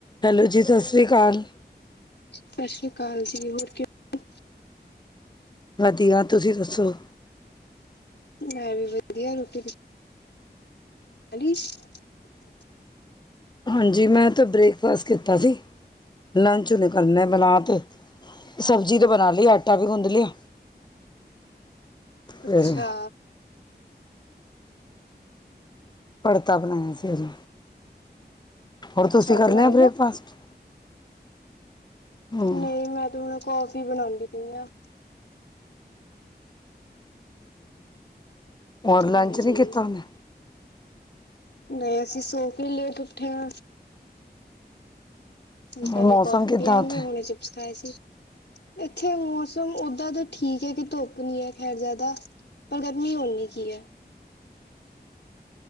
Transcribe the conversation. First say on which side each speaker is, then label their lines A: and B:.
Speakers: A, on the left; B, on the left.
A: Hello ਜੀ, ਸਤਿ ਸ਼੍ਰੀ ਅਕਾਲ।
B: ਸਤਿ ਸ਼੍ਰੀ ਅਕਾਲ ਜੀ, ਹੋਰ ਕਿਵੇਂ ਔ?
A: ਵਧੀਆ, ਤੁਸੀਂ ਦੱਸੋ?
B: ਮੈਂ ਵੀ ਵਧੀਆ ਰੋਟੀ <unintelligible>
A: ਹਾਂਜੀ ਮੈਂਥ ਬ੍ਰੇਕਫਾਸਟ ਕੀਤਾ ਸੀ, ਲੰਚ ਨਿਕਲ ਮ ਬਣਾ ਤੇ ਸਬਜ਼ੀ ਤੇ ਬਣਾ ਲਈ ਆਟਾ ਵੀ ਗੁੰਦ ਲਿਆ। ਫਿਰ
B: ਅੱਛਾ,
A: ਪੜਤਾ ਬਣਾਇਆ ਸੀ ਉਹ ਹੋਰ
B: ਅੱਛਾ
A: ਤੁਸੀਂ ਕਰ
B: ਬਣਾ
A: ਲਿਆ ਬ੍ਰੇਕਫਾਸਟ? ਹੂੰ
B: ਨਹੀਂ ਮੈਂ ਤੇ ਹੁਣ ਕੌਫੀ ਬਣਾਦੀ ਪਈ ਆ।
A: ਰ ਲੰਚ
B: ਹਾਂਜੀ
A: ਨੀ ਕੀਤਾ ਉਹਨੇ,
B: ਨਹੀਂ ਅਸੀਂ ਸੋਫੇ ਲੇਟ ਉੱਠੇ ਹਾਂ। ਕੇ
A: ਮੌਸਮ
B: ਕੌਫੀ
A: ਕਿੱਦਾਂ
B: ਪੀਿਆਗੇ
A: ਉੱਥੇ?
B: ਹੁਣੇ ਚਿਪਸ ਖਾਏ ਸੀ ਇੱਥੇ ਮੌਸਮ ਓਦਾਂ ਦਾ ਠੀਕ ਹੈ ਕਿ ਧੁੱਪ ਨੀ ਹੈ ਖੈਰ ਜ਼ਿਆਦਾ ਪਰ ਗਰਮੀ ਓਨ੍ਹੀ ਕੀ ਹੈ
A: <inaudible>